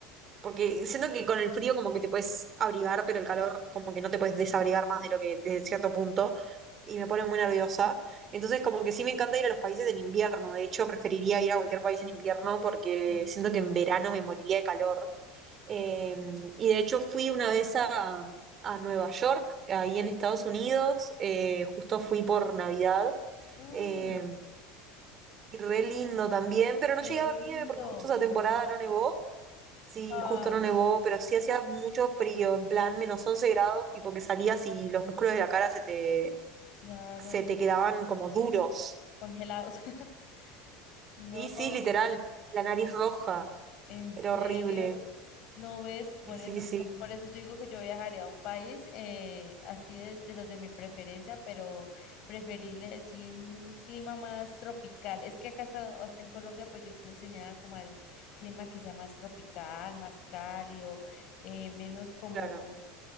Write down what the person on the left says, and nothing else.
Uf.
Mm,
qué
lindo.
Ay,
claro.
Congelados. <laughs> No.
¿En
serio?
¿No ves?
Por
eso
no, por eso yo digo que yo viajaría a un país eh, así de, de los de mi preferencia, pero preferible así en un clima más tropical. Es que acá, está- acá en Colombia pues yo estoy enseñada como al clima que sea más tropical, más cálido, eh, menos como